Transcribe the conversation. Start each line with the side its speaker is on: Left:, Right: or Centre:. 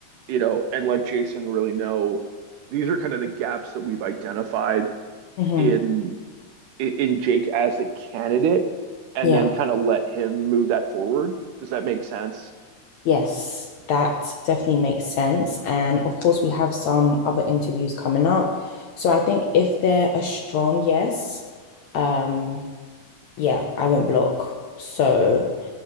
Right: you know and let jason really know these are kind of the gaps that we've identified
Left: hmm
Right: in in jake as a candidate and
Left: Yeah.
Right: then kind of let him move that forward does that make sense
Left: Yes, that definitely makes sense. And of course, we have some other interviews coming up. So I think if they're a strong yes, um, yeah, I won't block. So